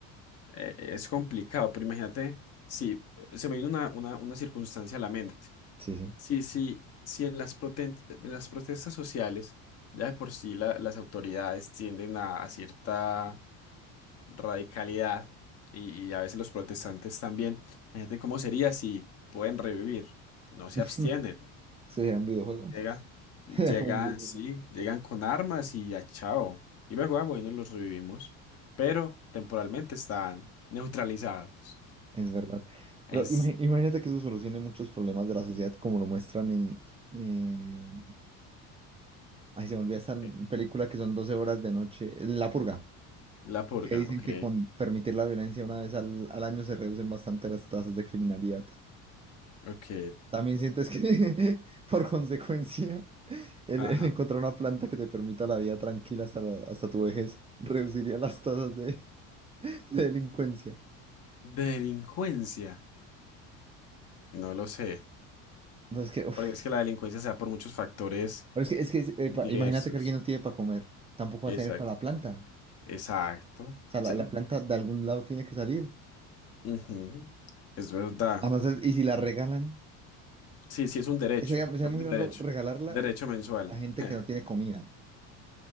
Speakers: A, on the left; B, on the right.
A: eh, es complicado, pero imagínate, si se me vino una, una, una circunstancia a la mente.
B: sí, sí.
A: Si, si, si en las, proten- en las protestas sociales, ya de por sí la- las autoridades tienden a, a cierta radicalidad y, y a veces los protestantes también, imagínate cómo sería si pueden revivir, no
B: <laughs>
A: se
B: Eso
A: abstienen.
B: sería un videojuego.
A: Llega, llegan,
B: <laughs> Era como un videojuego.
A: sí, llegan con armas y a chao. Y luego, ah, bueno, los revivimos. Pero temporalmente están neutralizados.
B: Es verdad.
A: Es
B: Pero imagi- imagínate que eso solucione muchos problemas de la sociedad como lo muestran en... eh, Ay, se me olvida esta
A: Ok.
B: película que son 12 horas de noche. La Purga.
A: la purga,
B: Que dicen
A: ok.
B: que con permitir la violencia una vez al, al año se reducen bastante las tasas de criminalidad.
A: Ok,
B: También sientes que, <laughs> por consecuencia, el,
A: ajá.
B: el encontrar una planta que te permita la vida tranquila hasta, la- hasta tu vejez reduciría las tasas de, <laughs> de delincuencia.
A: Delincuencia. No lo sé.
B: No, es que, uf.
A: Porque es que la delincuencia se da por muchos factores
B: Pero es que, es que es- eh,
A: diversos.
B: pa- imagínate que alguien no tiene para comer, tampoco va
A: Exacto.
B: a tener para la planta.
A: Exacto.
B: O sea, la,
A: Se-
B: la planta de algún lado tiene que salir.
A: ujú, Es verdad.
B: A no ser- y si la regalan,
A: Sí, sí, es un derecho.
B: sería, sería
A: Es un
B: muy raro
A: derecho.
B: regalarla
A: Derecho mensual.
B: a gente
A: <laughs>
B: que no tiene comida.